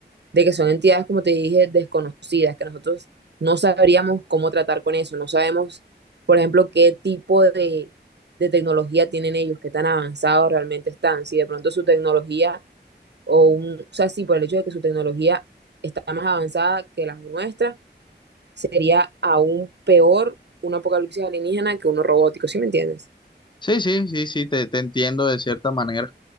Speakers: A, on the right; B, on the left.
A: de que son entidades, como te dije, desconocidas, que nosotros no sabríamos cómo tratar con eso, no sabemos, por ejemplo, qué tipo de, de tecnología tienen ellos, qué tan avanzados realmente están, si de pronto su tecnología o un, o sea, sí, por el hecho de que su tecnología está más avanzada que la nuestra, sería aún peor un apocalipsis alienígena que uno robótico, ¿sí me entiendes?
B: Sí, sí, sí, sí, te, te entiendo de cierta manera.